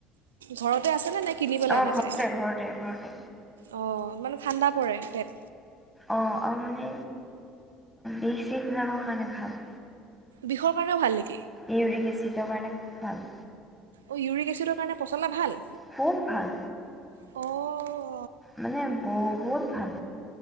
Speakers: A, on the right (about 85°); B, in the centre.
A: ঘৰতে আছে নে নাই কিনিবলে
B: অ
A: নাযায়
B: ঘৰতে ঘৰতে ঘৰতে
A: অঁ মানে ঠাণ্ডা পৰে তেৎ
B: অ আৰু মানে বিশ বিলাকৰ মানে ভাল
A: বিষৰ কাৰণেও ভাল লাগে
B: ইউৰিক এচিডৰ কাৰণে ভাল।
A: অ ইউৰিক এচিডৰ কাৰণে পচলা ভাল
B: খুব ভাল।
A: অ
B: মানে বহুত ভাল